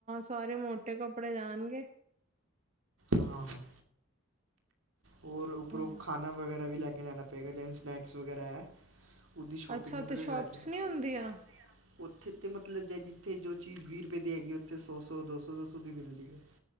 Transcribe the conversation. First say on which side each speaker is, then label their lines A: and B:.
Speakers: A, on the right (about 35°); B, on the right (about 75°).
A: ਸਾਰੇ ਮੋਟੇ ਕੱਪੜੇ ਜਾਣਗੇ।
B: ਹਾਂ ਹਾਂ। ਔਰ ਉੱਪਰੋਂ
A: ਹਾਂ
B: ਖਾਣਾ ਵਗੈਰਾ ਵੀ ਲੈ ਕੇ ਜਾਣਾ ਪਵੇਗਾ ਜੇਂਝ ਸਨੈਕਸ ਵਗੈਰਾ ਐ। ਉਦੀ ਸ਼ੋਪਿੰਗ
A: ਅੱਛਾ
B: ਏਧਰ
A: ਤੇ
B: ਈ
A: ਸ਼ੋਪਸ
B: ਕਰਕੇ- <unintelligible>
A: ਨੀ ਹੁੰਦੀਆਂ
B: ਓਥੇ ਤੇ ਮਤਲਬ ਜ ਜਿੱਥੇ ਜੋ ਚੀਜ਼ ਵੀਅ ਰੁਪਏ ਦੀ ਹੈਗੀ, ਓਥੇ ਸੌ- ਸੌ, ਦੋ ਸੋ-ਦੋ ਸੌ ਦੀ ਮਿਲਦੀ ਐ।